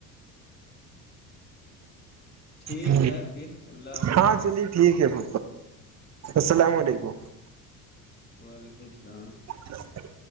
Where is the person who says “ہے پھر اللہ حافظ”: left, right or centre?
Left